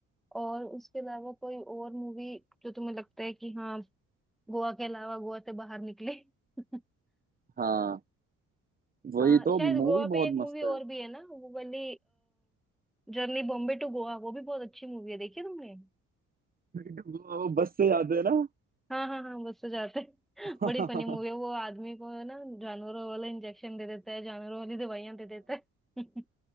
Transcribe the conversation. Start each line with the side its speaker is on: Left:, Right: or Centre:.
Centre: और उसके अलावा कोई और मूवी जो तुम्हें लगता है कि हाँ गोवा के अलावा गोवा से बाहर निकले <laughs>
Right: हाँ वही
Centre: अ,
Right: तो
Centre: शायद
Right: मूवी
Centre: गोवा पे
Right: बहुत
Centre: एक मूवी
Right: मस्त
Centre: और
Right: है
Centre: भी है ना वो वाली जर्नी बॉम्बे टू गोवा वो भी बहुत अच्छी मूवी है देखी है तुमने
Right: वो वो बस से जाते हैं ना
Centre: हाँ हाँ हाँ बस तो जाते हैं
Right: <laughs>
Centre: <laughs> बड़ी
Right: हाँ
Centre: फनी मूवी है वो आदमी को ना जानवरों वाला इंजेक्शन दे देता है जानवरों वाली दवाइयां दे देता है <laughs>